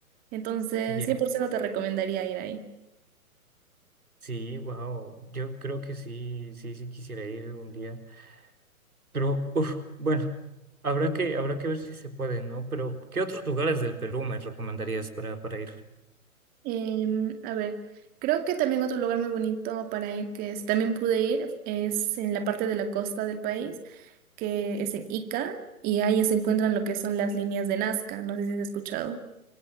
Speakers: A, on the right; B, on the right.
A: Entonces,
B: ya,
A: cien por ciento te recomendaría ir ahí.
B: Sí, wow, yo creo que sí, sí, sí quisiera ir algún día. Pero, uf, bueno, habrá que, habrá que ver si se puede, ¿no? Pero, ¿qué otros lugares del Perú me recomendarías para, para ir?
A: Em, a ver, creo que también otro lugar muy bonito para ir que es- también pude ir es en la parte de la costa del país, que es en Ica, y ahí se encuentran lo que son las líneas de Nazca, no sé si has escuchado.